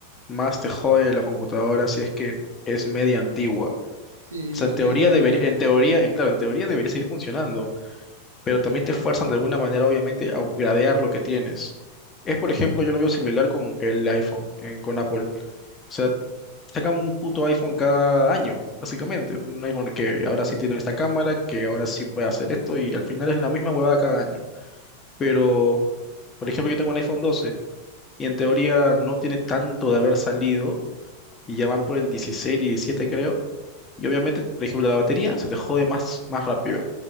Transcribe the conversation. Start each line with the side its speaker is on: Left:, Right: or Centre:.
Left: más te jode la computadora si es que es media antigua.
Right: Sí,
Left: O sea,
Right: se
Left: en teoría
Right: está yendo a la
Left: debería,
Right: mierda.
Left: en teoría, en, claro, en teoría debería seguir funcionando, pero también te fuerzan de alguna manera, obviamente, a upgradear lo que tienes. Es, por ejemplo, yo lo veo similar con el iPhone, en- con Apple. O sea, sacan un puto iPhone cada año, básicamente. Un iPhone que ahora sí tiene esta cámara, que ahora sí puede hacer esto, y al final es la misma huevada cada año pero por ejemplo yo tengo un iPhone 12 y en teoría no tiene tanto de haber salido y ya van por el 16 y 17 creo, y obviamente por ejemplo la batería se te jode más, más rápido